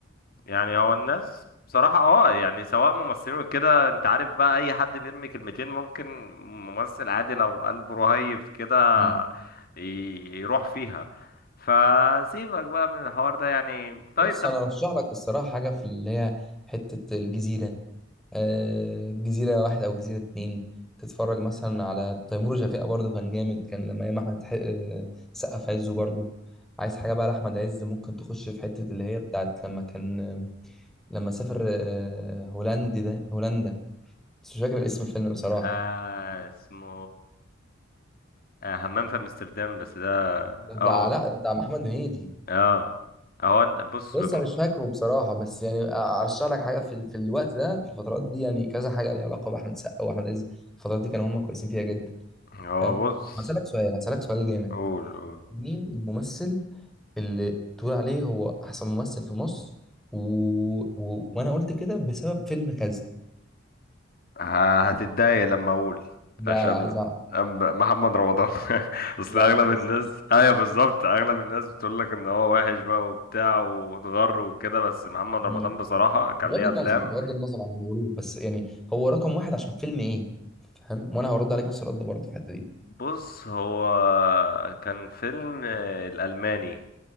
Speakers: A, on the left; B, in the centre.
A: يعني هو الناس بصراحة اه يعني سواء ممثلين وكده انت عارف بقى اي حد بيرمي كلمتين ممكن ممثل عادي لو قلبه رهيف كده
B: مم.
A: ي- يروح فيها فسيبك بقى من الحوار ده يعني طيب
B: بس
A: طب
B: انا ارشح لك الصراحه حاجه في اللي هي حته الجزيره آه جزيره واحد او جزيره اتنين تتفرج مثلا على تيمور وشفيقة برضه كان جامد كان لما ايام احمد حق- آه، سقا في عزه برضه عايز حاجه بقى لاحمد عز ممكن تخش في حته اللي هي بتاعت لما كان آم، لما سافر آه، هولندي ده هولندا بس مش فاكر الاسم الفيلم بصراحه
A: آه اسمه آه همام في امستردام بس ده
B: بتاع
A: اهو
B: لا بتاع محمد هنيدي
A: اه هو أن- بص
B: بص انا مش فاكره بصراحه بس يعني ارشح لك حاجه في في الوقت ده في الفترات دي يعني كذا حاجه ليها علاقه باحمد سقا واحمد عز الفترات دي كانوا هم كويسين فيها جدا
A: هو
B: فاهم
A: بص
B: بسالك سؤال هسالك سؤال جامد
A: قول قول
B: مين الممثل اللي تقول عليه هو احسن ممثل في مصر و... و... وانا قلت كده بسبب فيلم كذا
A: ه- هتتضايق لما اقول
B: لا
A: عشان
B: لا عايز اعرف
A: أم- محمد رمضان <laughs> اصل
B: لا
A: اغلب
B: ما تهزرش
A: الناس ايوه بالظبط اغلب الناس بتقول لك ان هو وحش بقى وبتاع واتغر وكده بس محمد
B: مم.
A: رمضان بصراحة كان
B: بغض
A: ليه
B: النظر
A: افلام
B: بغض النظر عن الغرور بس يعني هو رقم واحد عشان فيلم ايه فاهم وانا هرد عليك نفس الرد برضه في الحته دي
A: بص هو كان فيلم الالماني